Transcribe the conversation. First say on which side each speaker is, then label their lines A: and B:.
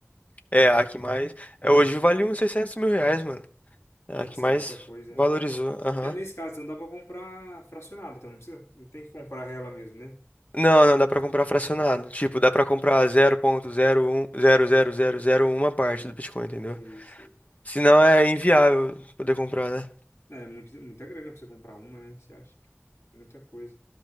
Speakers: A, on the left; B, on the left.
A: É, a que mais. é, Hoje vale uns 600 mil reais, mano. É a
B: Nossa,
A: que mais
B: é muita coisa,
A: valorizou.
B: né?
A: Aham.
B: É, Nesse caso, então dá pra comprar fracionado, então não precisa, não tem que comprar ela mesmo, né?
A: Não, não, dá pra comprar fracionado.
B: Ah,
A: Tipo,
B: tá.
A: dá pra comprar um um 0.01000001 parte do Bitcoin, entendeu?
B: Sei, sei.
A: Senão é inviável poder comprar, né?
B: É, muito, muita grana pra você comprar uma, né? Você acha? Muita coisa.